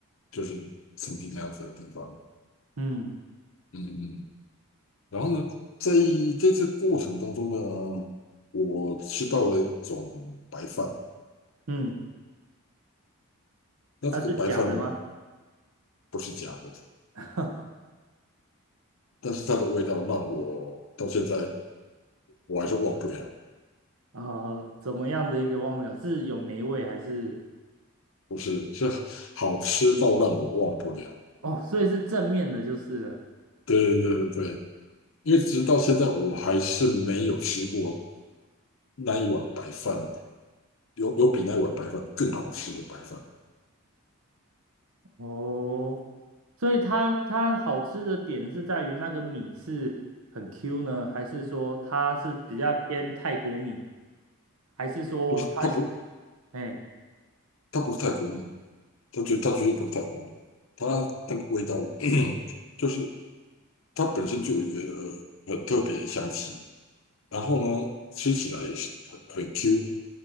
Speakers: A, on the left; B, on the right.
A: 就是曾经那样子的地方，
B: 嗯
A: 嗯嗯。然后呢，在这次过程当中呢，我吃到了一种白饭，
B: 嗯，
A: 那这个白饭
B: 它是假的吗？
A: 不是假的，
B: <laughs>
A: 但是它的味道让我到现在我还是忘不了，
B: 啊、怎么样的一个忘不了？是有霉味还是？
A: 不是是好吃到让我忘不了，
B: 哦，所以是正面的，就是了。
A: 对对对对因为直到现在我还是没有吃过那一碗白饭。有有比那碗白饭更好吃的白饭，
B: 哦，所以它它好吃的点是在于那个米是很 Q 呢，还是说它是比较偏泰国米，还是说它
A: 不是它不
B: 哎
A: 它不是泰国米，它绝它绝对不是泰国米，它那个味道 <clears throat> 就是它本身就有一个很特别的香气，然后呢吃起来也是很很 Q